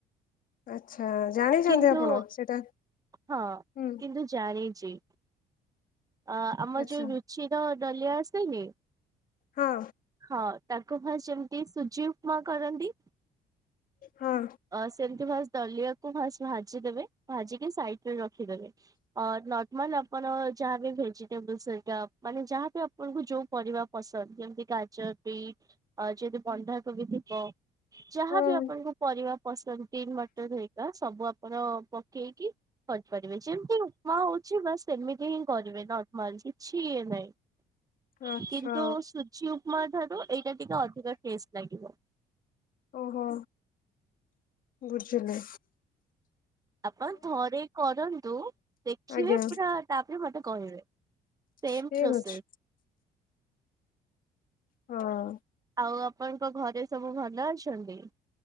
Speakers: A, on the left (about 55°); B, on the right (about 20°).
A: ଆଚ୍ଚ୍ଛା ଜାଣିଛନ୍ତି
B: କିନ୍ତୁ
A: ଆପଣ ସେଇଟା
B: ହଁ
A: ହୁଁ।
B: କିନ୍ତୁ ଜାଣିଛି। ଅ ଆମ
A: ଆଚ୍ଛା
B: ଯୋଉ ରୁଚିର ଡଲିଆ ଆସେନି
A: ହଁ
B: ହଁ। ତାକୁ ଫାଷ୍ଟ ଯେମିତି ସୁଜି ଉପମା କରନ୍ତି।
A: ହଁ।
B: ଅ ସେମତି ଫାଷ୍ଟ ଦଲିଆକୁ ଫାଷ୍ଟ ଭାଜିଦବେ ଭାଜିକି ସାଇଡ ରେ ରଖିଦେବେ। ଅ ନରମାଲ ଆପଣ ଯାହାବି ଭେଜିଟେବଲ ସେଟା ମାନେ ଯାହାବି ଆପଣଙ୍କୁ ଯୋଉ ପରିବା ପସନ୍ଦ ଯେମିତି ଗାଜର ବିଟ୍ ଅ ଯଦିି ବନ୍ଧାକୋବି ଥିବ। ଯାହା
A: ହୁଁ
B: ବି ଆପଣଙ୍କୁ ରିବ ଗ୍ରୀନ ମଟର ହେରୀକା ସବୁ ଆପଣ ପକେଇକି କରି ପାରିବେ ଯେମିତି ଉପମା ହଉଛି ବାସ ସେମିତି ହିଁ କରିବେ ନର୍ମାଲ ଅଛି କିଛିି ଇଏ ନହିଁ
A: ଆଚ୍ଛା
B: କିନ୍ତୁ ସୁଜି ଉପମା ଠାରୁ ଏଇଟା ଟିକେ ଅଧିକ ଟେଷ୍ଟ। ଲାଗିବ।
A: ଓହୋ, ବୁଝିଲେ।
B: ଆପଣ ଥରେ କରନ୍ତୁ, ଦେଖିବେ
A: ଆଜ୍ଞା
B: ପୁରା ତାପରେ ମତେ କହିବେ। ସେମ
A: ଠିକ
B: ପ୍ରୋସେସ୍।
A: ଅଛି। ହଁ ଅଁ।
B: ଆଉ ଆପଣଙ୍କ ଘରେ ସବୁ ଭଲ ଅଛନ୍ତି?